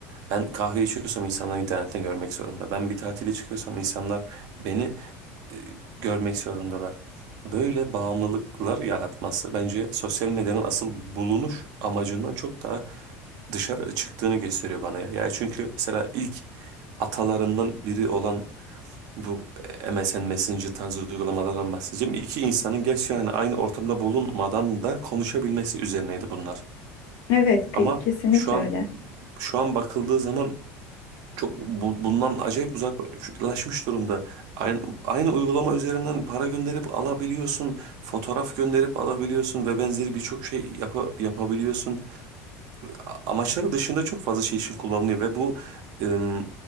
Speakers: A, on the right (about 65°); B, on the left (about 65°).
A: Ben kahve içiyorsam insanlar internetten görmek zorunda. Ben bir tatile çıkıyorsam insanlar beni e, görmek zorundalar. Böyle bağımlılıklar yaratması bence sosyal medyanın asıl bulunuş amacından çok daha dışarı çıktığını gösteriyor bana ya. Yani çünkü mesela ilk atalarından biri olan bu MSN Messenger tarzı uygulamalardan bahsedeceğim. İki insanın gerçi yani aynı ortamda bulunmadan da konuşabilmesi üzerineydi bunlar.
B: Evet, ke-
A: Ama
B: kesinlikle
A: şu an
B: öyle.
A: şu an bakıldığı zaman çok bu- bundan acayip uzaklaşmış durumda. Aynı, aynı uygulama üzerinden para gönderip alabiliyorsun, fotoğraf gönderip alabiliyorsun ve benzeri birçok şey yapa- yapabiliyorsun. A- Amaçları dışında çok fazla şey için kullanılıyor ve bu em,